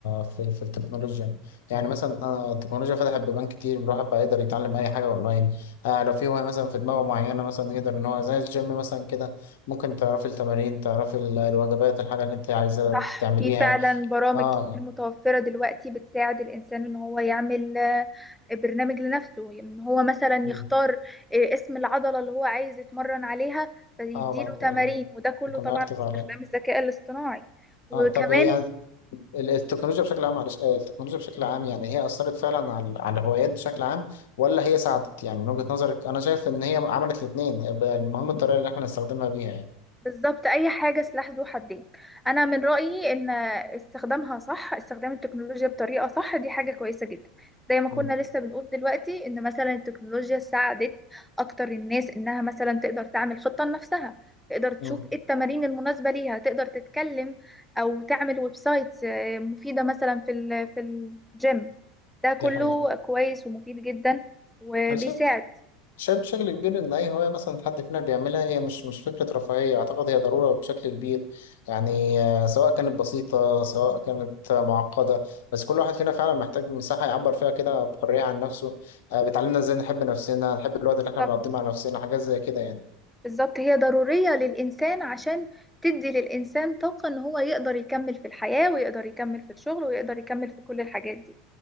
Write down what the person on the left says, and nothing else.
في, في التكنولوجيا يعني يعني مثلا آه، التكنولوجيا فتحت بيبان كتير الواحد بقى يقدر يتعلم اي حاجه اونلاين آه لو في هوايه مثلا في دماغه معينه مثلا يقدر ان هو زي الجيم مثلا كده ممكن تعرفي التمارين تعرفي ال- الوجبات الحاجه اللي انت عايزه
تعمليها
اه
يعني-
مم.
اه بعد-
يكون
اكتف
عليه
اه طب يعني ال- التكنولوجيا بشكل عام على آه، التكنولوجيا بشكل عام يعني هي أثرت فعلا على على الهوايات بشكل عام ولا هي ساعدت يعني من وجهة نظرك أنا شايف إن هي عملت الاتنين آه، المهم الطريقة اللي إحنا نستخدمها بيها يعني
مم.
مم.
دي حقيقة
أنا شايف شايف بشكل كبير إن أي هواية مثلا حد فينا بيعملها هي مش مش فكرة رفاهية أعتقد هي ضرورة بشكل كبير يعني آه، سواء كانت بسيطة سواء كانت آه، معقدة بس كل واحد فينا فعلا محتاج مساحة يعبر فيها كده بحرية عن نفسه آه، بتعلمنا إزاي نحب نفسنا نحب الوقت
اللي إحنا بنقضيه مع نفسنا حاجات زي كده يعني